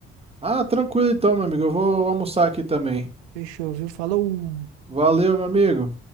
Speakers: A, on the right; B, on the right.
A: Ah, tranquilo então, meu amigo. Eu vou almoçar aqui também.
B: Fechou, viu? Falou!
A: Valeu, meu amigo.